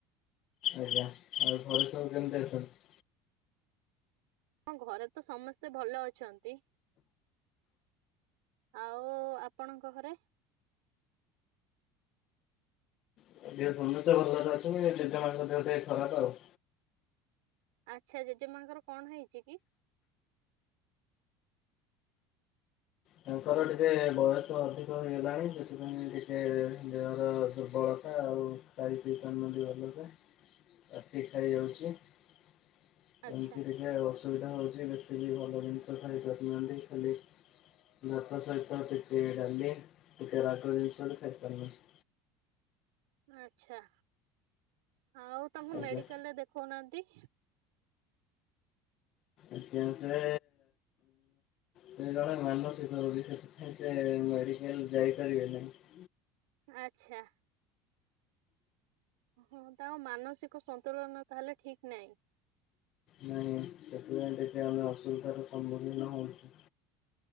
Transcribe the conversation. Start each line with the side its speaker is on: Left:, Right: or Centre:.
Left: ଆଜ୍ଞା। ଆଉ ଘରେ ସବୁ କେମିତି ଅଛନ୍ତି
Right: ହଁ, ଘରେ ତ ସମସ୍ତେ ଭଲ ଅଛନ୍ତି। ଆଉ ଆପଣଙ୍କ ଘରେ
Left: <inaudible> ସମସ୍ତେ ଭଲରେ ଅଛନ୍ତି, ଜେଜେ ମାଆଙ୍କ ଦେହ ଟିକେ ଖରାପ ଆଉ।
Right: ଆଚ୍ଛା ଜେଜେମାଙ୍କର କଣ ହେଇଛି କି
Left: ତାଙ୍କର ଟିକେ ବୟସ ଅଧିକ ହେଗଲାଣି ସେଥିପାଇଁ ଟିକେ ଦେହର ଦୁର୍ବଳତା ଆଉ ଖାଇ ପିଇ ପାରୁନାହାନ୍ତି ଭଲସେ ପାଟି ଖାଇ ଯାଉଛି। ଏମିତି
Right: ଆଚ୍ଛା
Left: ରେ ଅସୁବିଧା ହଉଛି ବେଶୀ ବି ଭଲ ଜିନିଷ ଖାଇପାରୁନାହାନ୍ତି ଖାଲି ଭାତ ସହିତ ଟିକେ ଡାଲି ଟିକେ ରାଗିବା ଜିନିଷରେ ଖାଇପାରୁନାହାନ୍ତି
Right: ଆଚ୍ଛା, ଆଉ ତାଙ୍କୁ
Left: ଆଜ୍ଞା।
Right: ମେଡିକାଲରେ ଦେଖେଉନାହାନ୍ତି।
Left: ଅଜ୍ଞା, ସେ ସେ ଜଣେ ମାନସିକ ରୋଗୀ ସେଥିପାଇଁ ସେ ମେଡିକାଲ ଯାଇପାରିବେ ନାହିଁ।
Right: ଆଚ୍ଛା। ଓ ହ ତାଙ୍କ ମାନସିକ ସନ୍ତୁଳନ ତାହେଲେ ଠିକ ନାହିଁ।
Left: ନାଇଁ ସେଥି ପାଇଁ ଟିକେ ଆମେ ଅସୁବିଧାର ସମ୍ମୁଖୀନ ହଉଛୁ।